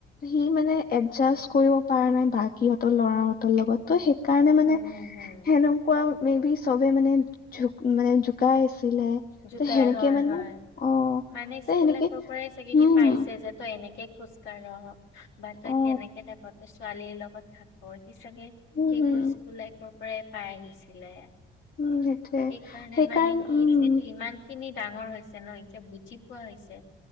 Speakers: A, on the left; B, on the left.
A: সি মানে এডজাষ্ট কৰিব পৰা নাই, বাকিহঁতৰ ল'ৰাহঁতৰ লগত। ত, সেইকাৰণে মানে,
B: হম হম হম
A: হেনো কোৱা মতে বি, চবে মানে জু, মানে জুকাই আছিলে।
B: জুকাই,
A: ত সেনেকে
B: হয়
A: মানে
B: হয়।
A: অ
B: মানে
A: ত
B: স্কুল
A: সেনেকে
B: লাইফৰ পৰাই চাগে সি
A: উম
B: পাইছে, যে তই এনেকে খোজ ৰ, বা তই
A: অ
B: তেনেকে থাকে, ছোৱালীৰ লগত থাক, সি চাগে সেইবোৰ
A: উম হম
B: স্কুল লাইফৰ পৰাই পাই আহিছিলে।
A: উম, সেইটয়ে
B: সেইকাৰণে
A: সেইকাৰণ
B: মানে সি
A: উম,
B: যিহেতু ইমান খিনি ডাঙৰ হৈছে ন, এতিয়া বুজি পোৱা হৈছে।